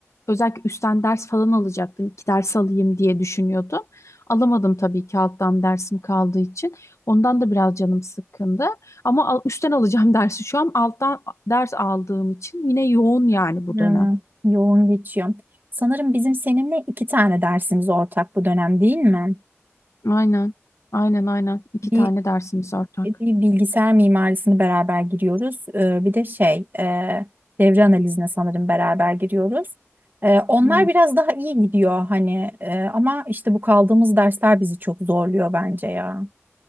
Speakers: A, on the left (about 80°); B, on the right (about 40°).
A: özellikle üstten ders falan alacaktım. iki ders alayım diye düşünüyordum. Alamadım tabii ki alttan dersim kaldığı için. Ondan da biraz canım sıkkındı. Ama al- üstten alacağım <laughs> dersi şu an alttan ders aldığım için yine yoğun yani bu dönem.
B: evet. Yoğun geçiyor. Sanırım bizim seninle iki tane dersimiz ortak bu dönem değil mi?
A: Aynen. Aynen aynen. İki
B: Bir
A: tane dersimiz ortak.
B: bir bilgisayar mimarisini beraber giriyoruz. Ee, Bir de şey e, devre analizine sanırım beraber giriyoruz. Ee, Onlar
A: Aynen,
B: biraz daha iyi gidiyor hani e, ama işte bu kaldığımız dersler bizi çok zorluyor bence ya.